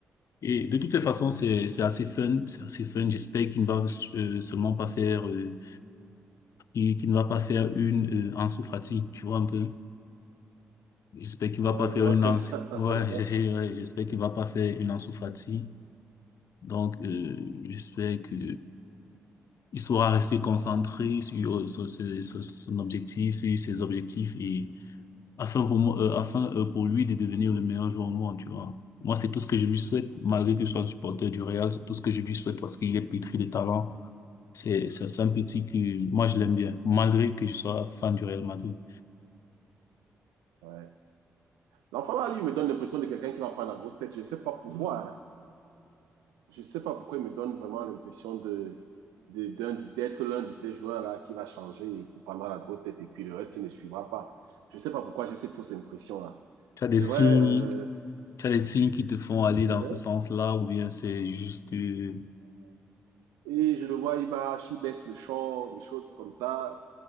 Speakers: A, on the left; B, on the right.
A: Et de toutes les façons, c'est c'est assez fun, c'est assez fun. J'espère qu'il ne va euh, seulement pas faire, euh, qu'il qu'il ne va pas faire une euh, Ansu Fati, tu vois un peu. J'espère qu'il va
B: Ouais,
A: pas faire
B: je vois
A: une
B: très
A: Ansu,
B: bien. <laughs> Je
A: ouais,
B: vois
A: <laughs> j'ai-
B: très
A: ouais, j'espère qu'il
B: bien.
A: va pas faire une Ansu Fati. Donc, euh, j'espère que Il saura rester concentré sur, euh, sur ce- sur son objectif, sur ses objectifs et afin pour moi, euh, afin euh, pour lui de devenir le meilleur joueur au monde, tu vois. Moi, c'est tout ce que je lui souhaite, malgré qu'il soit un supporter du Real, c'est tout ce que je lui souhaite parce qu'il est pétri de talent. C'est, c'est c'est un petit que moi je l'aime bien, malgré que je sois fan du Real Madrid.
B: Ouais. L'enfant là, lui, il me donne l'impression de quelqu'un qui va prendre la grosse tête. Je ne sais pas pourquoi. hein. je sais pas pourquoi il me donne vraiment l'impression de, de- d'un- d'être l'un de ces joueurs-là qui va changer et qui prendra la grosse tête et puis le reste ne suivra pas. Je sais pas pourquoi j'ai cette fausse impression-là.
A: Tu as des
B: C'est
A: signes,
B: vrai, euh,
A: tu as des signes qui te font aller
B: ouais.
A: dans ce sens-là ou bien c'est juste euh,
B: et je le vois, il va, il baisse le short, des choses comme ça.